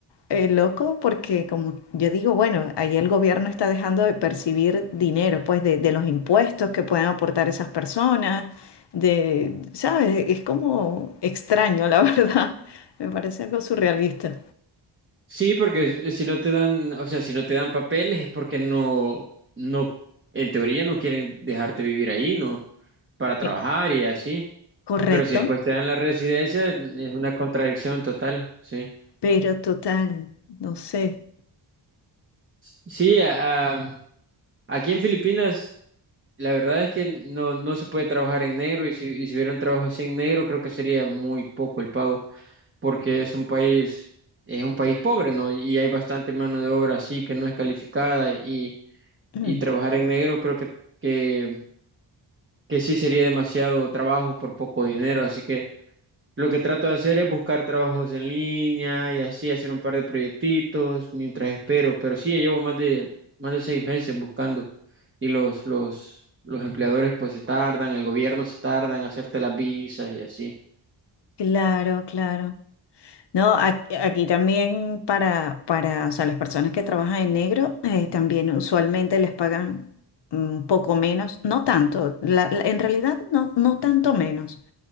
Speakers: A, on the left; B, on the right.
A: eh, loco porque como yo digo, bueno, ahí el gobierno está dejando de percibir dinero, pues de, de los impuestos que pueden aportar esas personas, de, ¿sabes? Es como extraño, la <laughs> verdad. Me parece algo surrealista.
B: Sí, porque si no te dan, o sea, si no te dan papeles es porque no, no, en teoría no quieren dejarte vivir ahí, ¿no? Para trabajar
A: Eh,
B: y así.
A: Correcto,
B: Pero si después te dan la residencia, es una contradicción total, sí.
A: pero total, no sé. <clears throat>
B: Sí, a- a- aquí en Filipinas, la verdad es que no, no se puede trabajar en negro y si, y si hubiera un trabajo así en negro, creo que sería muy poco el pago. porque es un país, es un país pobre, ¿no? Y hay bastante mano de obra así que no es calificada y,
A: Mm,
B: y trabajar en negro creo que, que, que sí sería demasiado trabajo por poco dinero, así que lo que trato de hacer es buscar trabajos en línea y así hacer un par de proyectitos mientras espero, pero sí, ya llevo más de, más de seis meses buscando y los, los, los empleadores pues se tardan, el gobierno se tarda en hacerte las visas y así.
A: Claro, claro. No, ac- aquí también para, para, o sea, las personas que trabajan en negro, eh, también usualmente les pagan un poco menos, no tanto, la- la- en realidad no, no tanto menos,